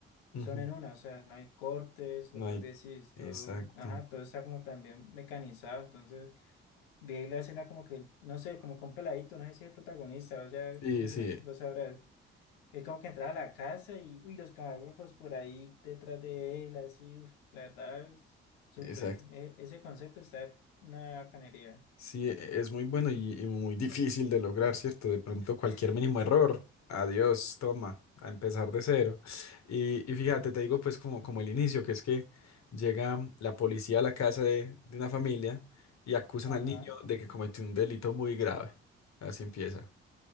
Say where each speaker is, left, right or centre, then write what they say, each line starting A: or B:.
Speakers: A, on the left (about 55°); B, on the left (about 70°).
A: Ujú.
B: son en una, o sea, no hay cortes,
A: No
B: lo que
A: hay.
B: vos decís,
A: Exacto.
B: todo, ajá, todo está como también mecanizado, entonces vi ahí la escena como que, no sé, como con peladito, no sé si es el protagonista, o sea,
A: Sí,
B: vos,
A: sí,
B: vos sabrás. es como que entraba a la casa y uy, los camarógrafos por ahí detrás de él, así, uf, la verdad es súper.
A: exacto.
B: E- ese concepto está en una bacanería.
A: Sí, e- es muy bueno y, y muy difícil de lograr, ¿cierto? De pronto cualquier
B: <laughs>
A: mínimo
B: Sí.
A: error, adiós, toma, a empezar de cero. Y, y fíjate, te digo pues como, como el inicio, que es que llega la policía a la casa de, de una familia y acusan
B: Ajá,
A: al niño de que cometió un delito muy grave. Así empieza.